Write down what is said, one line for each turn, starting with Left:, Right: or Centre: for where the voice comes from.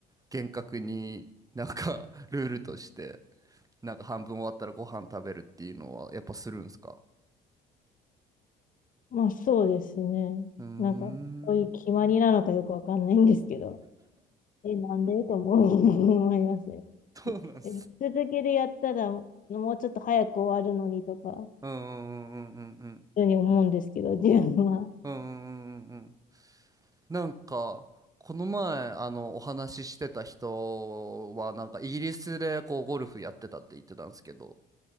Right: 厳格になんか <laughs> ルールとして、なんか半分終わったらご飯食べるっていうのはやっぱするんですか
Left: まあそうですね。
Right: うーん。
Left: なんかそういう決まりなのかよくわかんないんですけど。え、なんでと思う <laughs> 思いますね。
Right: そうなんす。
Left: え続けてやったら、もうちょっと早く終わるのにとか、
Right: うんうんうんうんうん。
Left: 普通に思うんですけど、自分は。
Right: うんうんうんうん。なんか、この前、あの、お話ししてた人は、なんかイギリスでこう、ゴルフやってたって言ってたんですけど、